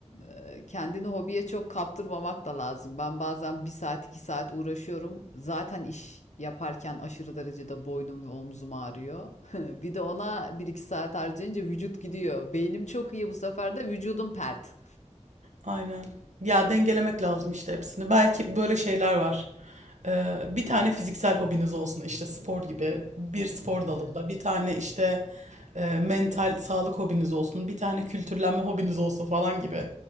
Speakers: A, on the left (about 70°); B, on the right (about 75°).
A: Ee, Kendini hobiye çok kaptırmamak da lazım. Ben bazen bir saat iki saat uğraşıyorum. Zaten iş yaparken aşırı derecede boynum ve omzum ağrıyor. <laughs> Bir de ona bir iki saat harcayınca vücut gidiyor. Beynim çok iyi bu sefer de vücudum pert.
B: Aynen. Ya dengelemek lazım işte hepsini. Belki böyle şeyler var. Ee, bir tane fiziksel hobiniz olsun işte spor gibi bir spor dalında.
A: Aha.
B: Bir tane işte e, mental sağlık hobiniz olsun. Bir tane kültürlenme hobiniz olsun falan gibi.